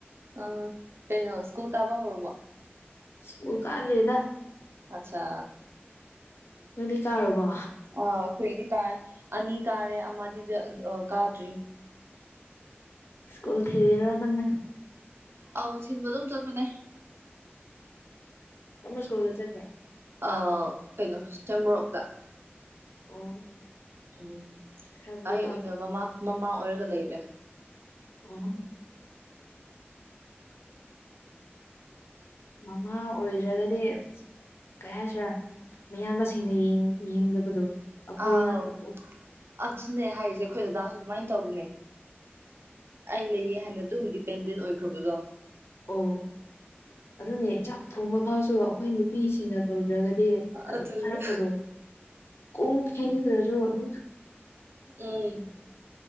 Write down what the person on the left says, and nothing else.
ꯁꯀꯨꯜ ꯀꯔ ꯔꯦꯗ
ꯅꯣꯏꯗꯤ ꯀꯥꯔꯨꯕꯣ
ꯁꯀꯨꯜ ꯊꯤꯗꯔꯣ ꯅꯪ
ꯀꯃꯔꯁ ꯁꯀꯣꯜꯗ ꯆꯠꯀꯦ
ꯑꯣ
ꯈꯔꯕꯨꯗꯤ
ꯑꯣ ꯃꯃ ꯑꯣꯏꯗ꯭ꯔꯒꯗꯤ ꯀꯩ ꯍꯥꯏꯁꯤꯔꯦ ꯃꯌꯥꯝꯕ ꯃꯁꯤꯡꯅ ꯌꯦꯡꯗꯕꯗꯣ ꯑꯩꯈꯣꯏ
ꯉꯥꯛꯇ
ꯑꯣ ꯑꯗꯨꯅꯦ ꯆꯥꯛ ꯊꯣꯡꯕ ꯐꯥꯎꯁꯨ ꯑꯩꯈꯣꯏ ꯅꯨꯄꯤꯁꯤꯡꯅ ꯇꯧꯗ꯭ꯔꯒꯗꯤ ꯑꯗꯨꯝ
ꯍꯥꯏꯔꯛꯄꯗꯣ ꯀꯣꯡ ꯐ ꯭ꯔꯖꯣ ꯑꯗꯨ